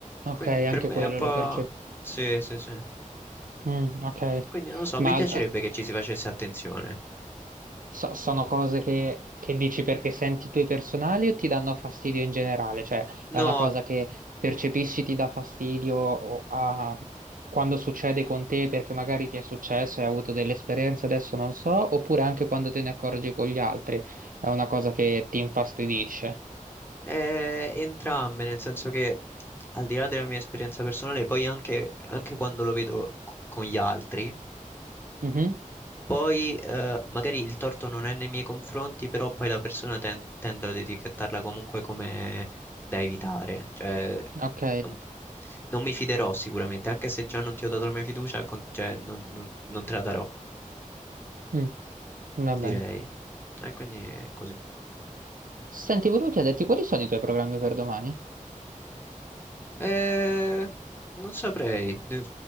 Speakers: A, on the right; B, on the left.
A: ok,
B: Quindi
A: anche
B: per me
A: quello
B: è un po'...
A: lo percepisco.
B: Sì, sì, sì.
A: Mm, ok,
B: Quindi non lo so,
A: ma
B: mi piacerebbe
A: eh,
B: che ci si facesse attenzione.
A: so- sono cose che, che dici perché senti tue personali o ti danno fastidio in generale? Cioè,
B: No,
A: è una cosa che percepisci ti dà fastidio o- a- quando succede con te perché magari ti è successo e hai avuto delle esperienze, adesso non so, oppure anche quando te ne accorgi con gli altri, è una cosa che ti infastidisce.
B: eh, entrambe, nel senso che al di là della mia esperienza personale, poi anche, anche quando lo vedo co- con gli altri.
A: Mhm,
B: Poi eh, magari il torto non è nei miei confronti, però poi la persona ten- tende ad etichettarla comunque come da evitare. Cioè,
A: Ok,
B: è un- non mi fiderò sicuramente, anche se già non ti ho dato la mia fiducia, con- cioè, non, non- non te la darò,
A: Mm, va bene.
B: direi. E quindi è così.
A: Senti, volevo chiederti quali sono i tuoi programmi per domani?
B: Eh, non saprei, De-